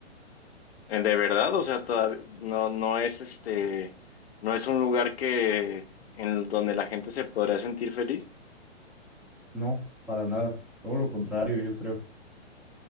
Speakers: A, on the left (about 60°); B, in the centre.
A: eh, de verdad, o sea, todav- no, no es este, no es un lugar que en donde la gente se podría sentir feliz.
B: No, para nada. Todo lo contrario, yo creo.